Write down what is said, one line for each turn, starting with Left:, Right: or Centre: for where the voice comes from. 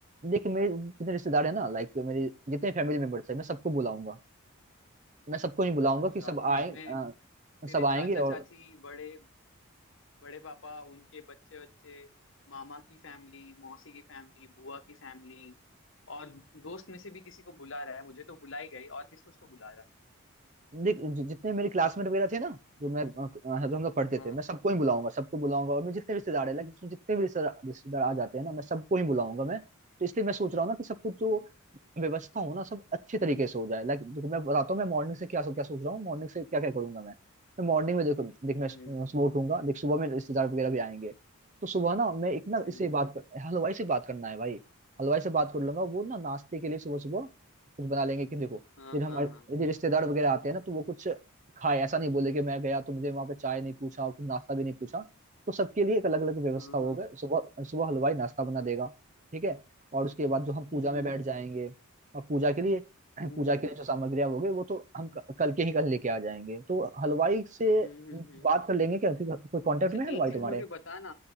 Right: देख मेरे जितने रिश्तेदार है ना लाइक मेरे जितने फैमिली मेंबर्स है मैं सबको बुलाऊंगा मैं सबको नहीं बुलाऊंगा
Left: अच्छा
Right: कि सब
Left: तो
Right: आए
Left: उसमें
Right: अ,
Left: तेरे
Right: सब
Left: चाचा
Right: आएंगे और
Left: चाची बड़े बड़े पापा उनके बच्चे बच्चे मामा की फैमिली मौसी की फैमिली बुआ की फैमिली और दोस्त में से भी किसी को बुला रहा है मुझे तो बुला ही गई और किसको उसको बुला रहा है
Right: देख जि- जितने मेरे क्लासमेट वगैरह थे ना जो मैं अ, जो हम लोग पढ़ते
Left: हाँ
Right: थे मैं सबको ही बुलाऊंगा सबको बुलाऊंगा और मेरे जितने रिश्तेदार है लाइक जितने भी रिश्तेदार रिश्तेदार आ जाते हैं ना मैं सबको ही बुलाऊंगा मैं तो इसलिए मैं सोच रहा हूँ ना कि सब कुछ जो
Left: हम्म
Right: व्यवस्था हो ना सब अच्छे तरीके से हो जाए लाइक देखो मैं बताता हूँ मैं मॉर्निंग से क्या क्या सोच रहा हूँ मॉर्निंग से क्या क्या करूंगा मैं मैं मॉर्निंग में देखो देख मैं सुबह
Left: हम्म
Right: उठूंगा देख सुबह में रिश्तेदार वगैरह भी आएंगे तो सुबह ना मैं एक ना
Left: हम्म
Right: इससे
Left: हम्म,
Right: बात कर हलवाई से बात करना है भाई हलवाई से बात कर लूंगा वो ना नाश्ते के लिए सुबह सुबह कुछ बना लेंगे कि देखो
Left: हाँ
Right: यदि
Left: हाँ
Right: हमारे
Left: हाँ
Right: यदि रिश्तेदार वगैरह आते हैं ना तो वो कुछ खाए ऐसा नहीं बोले कि मैं गया तो मुझे वहां पे चाय नहीं पूछा और कुछ नाश्ता भी नहीं पूछा तो सबके लिए एक अलग अलग व्यवस्था
Left: हाँ
Right: होगा
Left: हाँ
Right: सुबह सुबह हलवाई नाश्ता बना देगा ठीक है और उसके बाद जो हम पूजा
Left: हम्म
Right: में
Left: हम्म
Right: बैठ जाएंगे और पूजा के लिए <clears throat>
Left: हम्म
Right: पूजा के लिए जो सामग्रियां होगी वो तो हम क- कल के ही कल लेके आ जाएंगे तो हलवाई से
Left: हम्म हम्म
Right: बात
Left: हम्म, हम्म,
Right: कर लेंगे क्या क्योंकि कोई कांटेक्ट
Left: अच्छा
Right: में है हलवाई
Left: एक चीज
Right: तुम्हारे
Left: मुझे बता ना